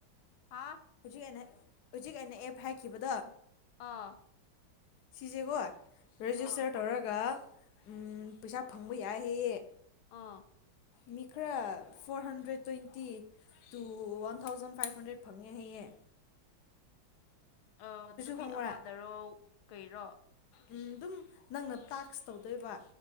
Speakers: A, on the left (about 80°); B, on the left (about 65°).
A: ꯍꯥ
B: ꯍꯧꯖꯤꯛ ꯍꯧꯖꯤꯛ ꯑꯩꯅ ꯑꯦꯞ ꯍꯥꯏꯈꯤꯕꯗꯣ
A: ꯑꯥ
B: ꯁꯤꯖꯦꯀꯣ ꯔꯦꯖꯤꯁꯇꯔ
A: ꯑꯥ
B: ꯇꯧꯔꯒ ꯎꯝ ꯄꯩꯁꯥ ꯐꯪꯕ ꯌꯥꯏ ꯍꯥꯏꯌꯦ
A: ꯑꯥ
B: ꯃꯤ ꯈꯔ four hundred twenty two one thousand five hundred ꯐꯪꯉꯦ ꯍꯥꯏꯌꯦ
A: ꯑꯣ ꯅꯨꯃꯤꯠ
B: ꯈꯪꯕ꯭ꯔꯥ
A: ꯑꯃꯗꯔꯣ ꯀꯩꯔꯣ
B: ꯎꯝ ꯑꯗꯨꯝ ꯅꯪꯅ ꯇꯥꯛꯁ ꯇꯧꯗꯣꯏꯕ